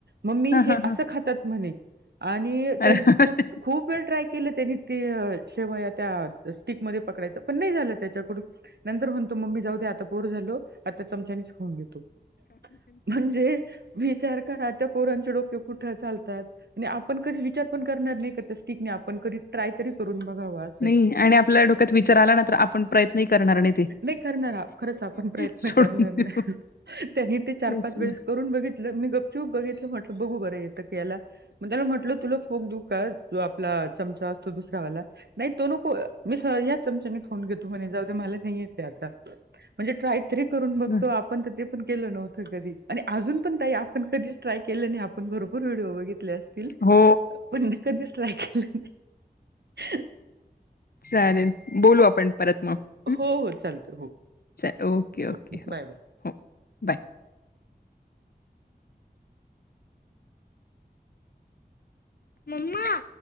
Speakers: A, on the right (about 80°); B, on the left (about 65°).
A: मम्मी
B: हां,
A: हे
B: हां, हां.
A: असं खातात म्हणे आणि
B: अरे
A: त्यानी
B: बापरे!
A: ते तुट खूप वेळ ट्राय केलं त्यानी ते शेवया त्या स्टिकमध्ये पकडायचं पण नाही झालं त्याच्याकडून नंतर म्हण तो मम्मी जाऊ दे आता बोर झालो आता चमच्यानेच खाऊ खाऊन घेतो. म्हणजे विचार करा त्या पोरांचे डोके कुठ चालतात आणि आपण कधी विचार पण करणार नाही का तसे ठीक नाही आपण कधी ट्राय तरी करून बघाव असं
B: नाही आणि आपल्याला डोक्यात विचार आला ना तर आपण प्रयत्नही करणार नाहीत.
A: नाही करणार खरच आपण प्रयत्न
B: सोडून
A: करणार
B: देऊ.
A: ना त्यांनी ते चार
B: तेच
A: पाच
B: ना.
A: वेळेस करून बघित मी गपचूप बघितलं म्हटलं बघू बरं येतं की याला मग त्याला म्हटलं तुला फोक देऊ का? जो आपला चमचा असतो दुसरावाला. नाही तो नको मी सहज याच चमचाने खाऊन घेतो म्हणे जाऊ दे मला -- नाही येतय अता म्हणजे ट्राय तरी करून
B: तेच
A: बघतो
B: ना.
A: आप आपण ते पण केलं नव्हतं कधी आणि अजून पण ताई आपण कधीच ट्राय केलं नाही आपण भरपूर व्हिडिओ बघितले असतील
B: हो.
A: पण कधीच ट्राय केलं नाही ह
B: चालेल बोलू आपण परत मग
A: हो हो चालतं हो.
B: च ओके ओके
A: बाय
B: हो
A: बाय.
B: हो बाय. मम्मा-